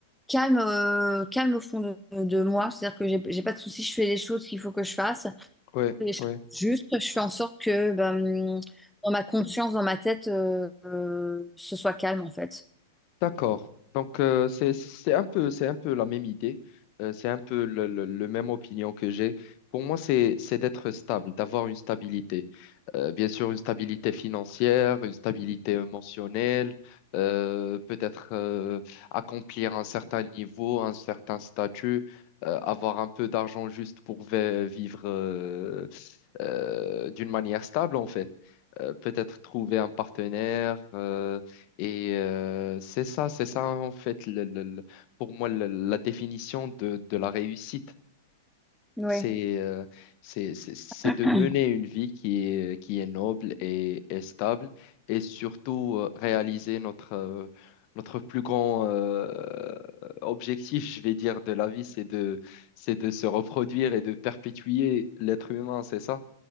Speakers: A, in the centre; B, on the left.
A: calme, euh, calme au fond de, de moi. C'est-à-dire que j'ai j'ai pas de soucis, je fais les choses qu'il faut que je fasse.
B: Ouais,
A: Et je-
B: ouais.
A: juste, je fais en sorte que ben, dans ma conscience, dans ma tête, euh, euh, ce soit calme en fait.
B: D'accord. Donc, euh, c'est, c'est un peu, c'est un peu la même idée. Euh, c'est un peu le, le- le même opinion que j'ai. Pour moi, c'est, c'est d'être stable, d'avoir une stabilité. Euh, bien sûr, une stabilité financière, une stabilité émotionnelle, euh, peut-être euh, accomplir un certain niveau, un certain statut, euh, avoir un peu d'argent juste pour vi- vivre euh, euh, d'une manière stable, en fait euh, peut-être trouver un partenaire. euh, et euh, c'est ça, c'est ça en fait, le- le- le- pour moi, le- la définition de, de la réussite.
A: Oui,
B: C'est euh, c'est, c'est c'est
A: <clears throat>
B: de mener une vie qui est, qui est noble et, et stable et surtout euh, réaliser notre, euh, notre plus grand euh, objectif, je vais dire, de la vie, c'est de, c'est de se reproduire et de perpétuer l'être humain, c'est ça?